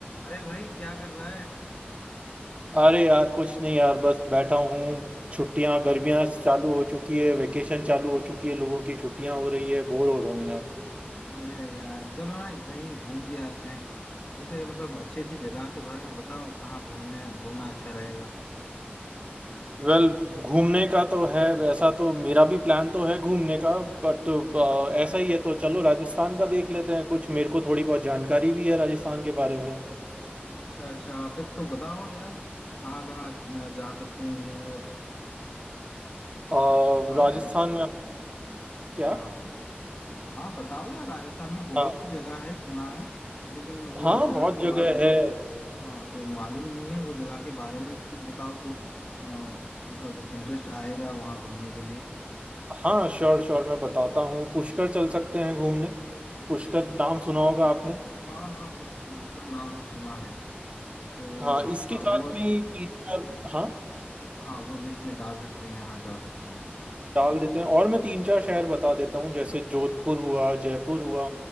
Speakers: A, on the left; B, on the right.
A: अरे भाई क्या कर रहा है
B: अरे यार कुछ नहीं यार बस बैठा हूँ छुट्टियां गर्मियां चालू हो चुकी है वेकेशन चालू हो चुकी है लोगों की छुट्टियां हो रही है बोर हो रहा हूँ यार
A: अरे यार चलो ना कहीं घूम के आते हैं वैसे मतलब अच्छी अच्छी जगह के बारे में बताओ कहाँ घूमने घूमना अच्छा रहेगा
B: वेल well, घूमने का तो है वैसा तो मेरा भी प्लान तो है घूमने का बट ऐसा ही है तो चलो राजस्थान का देख लेते हैं कुछ मेरे को थोड़ी बहुत जानकारी भी है राजस्थान के बारे में
A: अच्छा अच्छा फिर तो बताओ यार कहाँ कहाँ अ, जा सकते हैं घूमने वैसे
B: और
A: बताओ
B: राजस्थान
A: यार
B: में क्या
A: हाँ हाँ हाँ बताओ यार राजस्थान में बहुत
B: हाँ
A: सी जगह है सुना है लेकिन वो
B: हाँ
A: जगह
B: बहुत
A: के
B: जगह
A: बारे में
B: है
A: हाँ तो मालूम नहीं है वो जगह के बारे में भी कुछ बताओ तो अ, मतलब इंटरेस्ट आएगा वहाँ घूमने के लिए
B: हाँ श्योर श्योर मैं बताता हूँ पुष्कर चल सकते हैं घूमने पुष्कर नाम सुना होगा आपने
A: हाँ हाँ भाई उसका नाम तो सुना है तो
B: हाँ इसके
A: हाँ
B: साथ
A: वो
B: में ही तीन चार हाँ
A: हाँ वो लिस्ट में डाल सकते हैं हाँ जा सकते हैं उधर
B: डाल देते हैं और मैं तीन चार शहर बता देता हूँ जैसे जोधपुर हुआ जयपुर हुआ